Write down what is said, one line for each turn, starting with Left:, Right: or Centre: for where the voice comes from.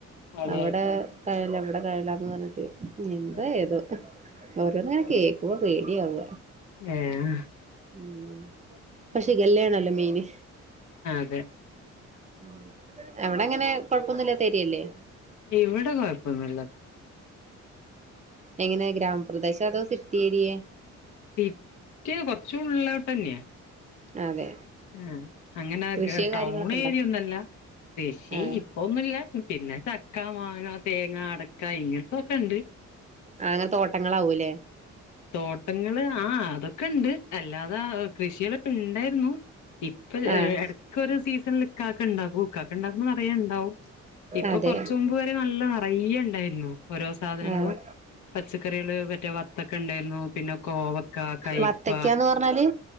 Left: അതെ
Right: അവടെ
Left: അതെ
Right: കഴല, വിടെ കഴലന്ന് പറഞ്ഞിട്ട്. എന്താ
Left: ആഹ്
Right: ഏതോ, ഓരോന്നിങ്ങനെ
Left: അതെ
Right: കേക്ക പൂവ പേടിയാവ.
Left: ഏഹ്
Right: ഉം, പക്ഷെ കല്യാണല്ലോ മെയിന്.
Left: ആ അതെ
Right: <inaudible> അവടങ്ങനെ കൊഴപ്പൊന്നുല്ലാത്ത എരിയല്ലേ
Left: ഇവടെ കൊഴപ്പൊന്നൂല്ല
Right: എങ്ങനെ ഗ്രാമപ്രദേശ, അതോ സിറ്റി ഏരിയെ?
Left: ഇക്ക് കൊറച്ചു ഉള്ളിലോട്ടന്നെയാ
Right: അതെ
Left: ആ അങ്ങന
Right: കൃഷിയോ
Left: ഗ
Right: കാര്യങ്ങളൊക്കെ
Left: ടൗണേരിയൊന്നല്ല
Right: ഉണ്ടോ
Left: കൃഷി
Right: അതെ
Left: ഒന്നുല്ല. പിന്നെ ചക്ക, മാങ്ങ, തേങ്ങ അടക്ക, ഇങ്ങൻത്തോക്കെ ണ്ട്.
Right: ആഹ്, അങ്ങൻതോട്ടങ്ങളാവൂ ല്ലേ?
Left: തോട്ടങ്ങള് ആ അതൊക്കെണ്ട് അല്ലാതെ കൃഷികളൊക്കെണ്ടായിരുന്നു ഇപ്പൊ,
Right: ആഹ്
Left: എട്ക്കൊരു സീസണ്ൽ ക്കാക്കെണ്ടാകും ക്കാക്ക ണ്ടാക്കുമ്പോ- നിറയണ്ടാവും. ഇപ്പൊ
Right: അതെ
Left: കൊറച് മുമ്പ് വ നല്ല നിറയെ ണ്ടായിരുന്നു. ഓരോ സാധനങ്ങളും
Right: ആഹ്
Left: പച്ചക്കറികള്, മറ്റെ വ. ക്കണ്ടായിരുന്നു. പിന്നെ കോവക്ക, കയ്
Right: വത്തക്കാന്ന്
Left: പ്പ
Right: പറഞ്ഞാല്